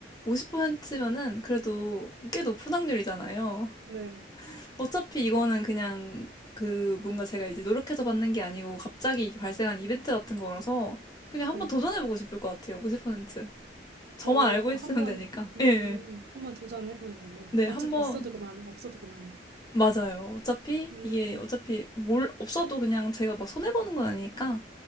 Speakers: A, on the left; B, on the right.
A: 50%면은 그래도 꽤 높은 확률이잖아요.
B: 네.
A: 어차피 이거는 그냥 그 뭔가 제가 이제 노력해서 받는 게 아니고 갑자기 발생한 이벤트 같은 거라서 그냥 한번
B: 네.
A: 도전해보고 싶을 것 같아요. 50%. 저만
B: 어,
A: 알고 있으면
B: 한번
A: 되니까.
B: 음,
A: 예. 예.
B: 한번 도전해 보는 걸로.
A: 네,
B: 어차피
A: 한번
B: 있어도 그만, 없어도 그만.
A: 맞아요. 어차피
B: 음.
A: 이게 어차피 뭘 없어도 그냥 제가 막 손해 보는 건 아니니까